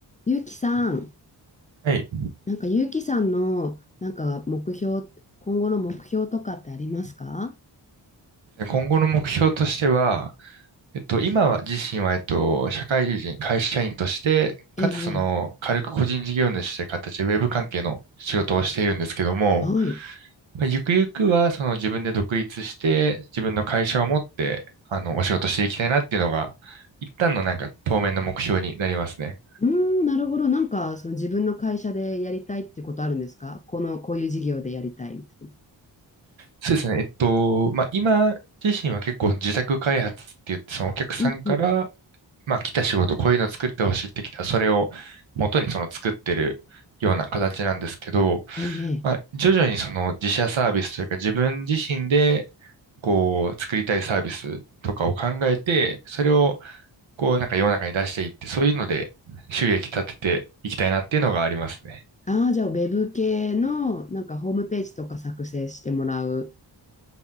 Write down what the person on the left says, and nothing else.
ゆうきさん、
なんかゆうきさんの、なんか目標、今後の目標とかってありますか
ええ、
ええ
はい。
うーん、なるほど。なんか、その自分の会社でやりたいってことあるんですかこの、こういう事業でやりたいみたいな。
うんうん。
ええ、ええ。
ああ、じゃあ、ウェブ系の、なんかホームページとか作成してもらう